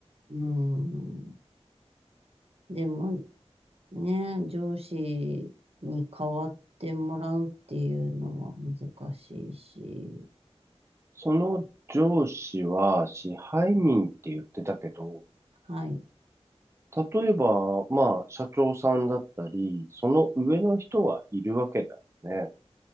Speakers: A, on the right; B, on the right.
A: うん。でも、ね、上司に代わってもらうっていうのは難しいし、
B: その上司は支配人って言ってたけど、
A: はい。
B: 例えば、まあ、社長さんだったり、その上の人はいるわけだよね。